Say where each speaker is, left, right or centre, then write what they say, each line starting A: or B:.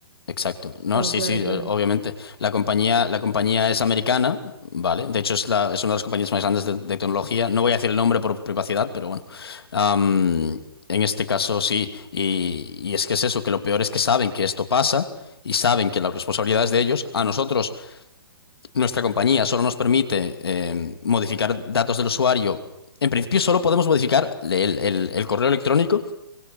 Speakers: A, on the left; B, on the right.
A: Exacto. No,
B: No,
A: sí,
B: claro,
A: sí,
B: claro.
A: o- obviamente. La compañía, la compañía es americana, ¿vale? De hecho, es, la, es una de las compañías más grandes de, de tecnología. No voy a decir el nombre por privacidad, pero bueno. Am, en este caso, sí. Y, y es que es eso, que lo peor es que saben que esto pasa y saben que la responsabilidad es de ellos. A nosotros, nuestra compañía solo nos permite em, modificar datos del usuario. En principio, solo podemos modificar el el- el correo electrónico